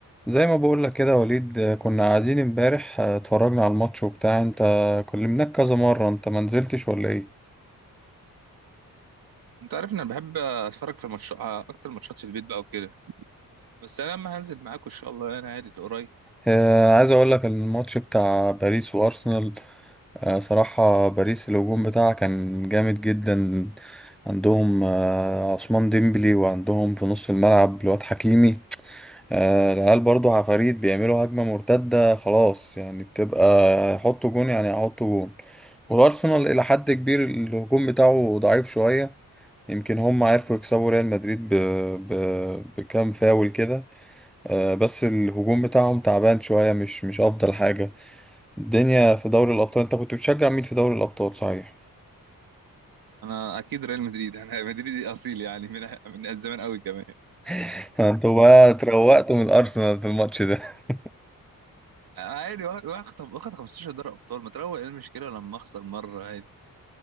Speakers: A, in the centre; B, on the right.
A: زي ما بقول لك كده وليد آه، كنا قاعدين امبارح آه، اتفرجنا على الماتش وبتاع انت كلمناك كذا مرة انت ما نزلتش ولا ايه
B: انت عارف ان انا بحب اتفرج في الماتش اكتر ماتشات في البيت بقى وكده بس انا لما هنزل معاكم ان شاء الله انا عادي قريب
A: آه، عايز اقول لك ان الماتش بتاع باريس وارسنال آه، صراحة باريس الهجوم بتاعها كان جامد جدا عندهم آه، عثمان ديمبلي وعندهم في نص الملعب الواد حكيمي آه، العيال برضو عفاريت بيعملوا هجمة مرتدة خلاص يعني بتبقى يحطوا جون يعني يحطوا جون والارسنال الى حد كبير الهجوم بتاعه ضعيف شوية يمكن هم عرفوا يكسبوا ريال مدريد ب... ب... بكام فاول كده آه، بس الهجوم بتاعهم تعبان شوية مش مش أفضل حاجة الدنيا في دوري الأبطال أنت كنت بتشجع مين في دوري الأبطال صحيح؟
B: انا اكيد ريال مدريد <laughs> انا مدريدي اصيل يعني من من زمان قوي كمان
A: <laughs> أنتوا بقى اتروقتوا من الأرسنال في الماتش ده <laughs>
B: انا عادي وا- واخد واخد 15 دوري ابطال ما تروق ايه المشكله لما اخسر مره عادي